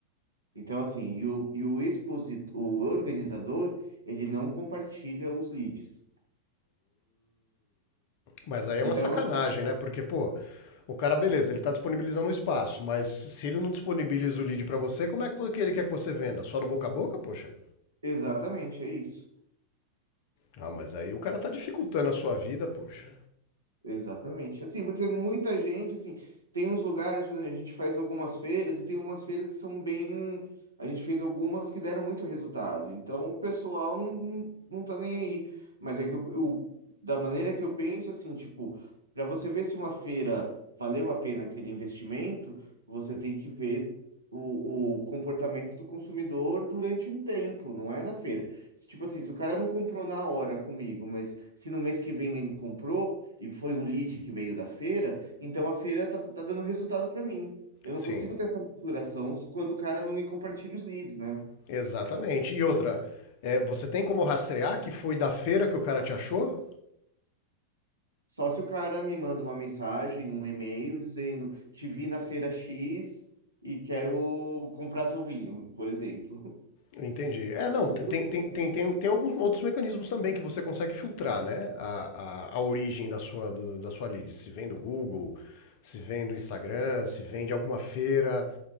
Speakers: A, on the right; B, on the left.
A: Então, assim, e o, e o expositor, o organizador, ele não compartilha os leads.
B: Mas aí
A: Então,
B: é uma sacanagem,
A: assim,
B: né? Porque, pô, o cara, beleza, ele tá disponibilizando o espaço, mas se ele não disponibiliza o lead pra você, como é que ele quer que você venda? Só no boca a boca, poxa?
A: exatamente, é isso.
B: Ah, mas aí o cara tá dificultando a sua vida, poxa.
A: Exatamente. Assim, porque muita gente, assim, tem uns lugares, por exemplo, a gente faz algumas feiras e tem umas feiras que são bem. A gente fez algumas que deram muito resultado. Então o pessoal não, não, não tá nem aí. Mas é que eu, eu- da maneira que eu penso, assim, tipo, para você ver se uma feira valeu a pena aquele investimento, você tem que ver o, o comportamento do consumidor durante um tempo, não é na feira. Se, Tipo assim, se o cara não comprou na hora comigo, mas se no mês que vem ele comprou e foi um lead que veio da feira, então a feira tá, tá dando resultado para mim. Eu não
B: Sim,
A: consigo ter essa maturação quando o cara não me compartilha os leads, né?
B: exatamente. E outra, é, você tem como rastrear que foi da feira que o cara te achou?
A: Só se o cara me manda uma mensagem, um e-mail dizendo: Te vi na feira X e quero comprar seu vinho, por exemplo. <laughs>
B: Entendi. É, não,
A: Eu consigo,
B: tem,
A: assim,
B: tem, tem, tem, tem alguns outros mecanismos também que você consegue filtrar, né? A, a, a origem da sua, do- da sua lead. Se vem do Google, se vem do Instagram, se vem de alguma feira.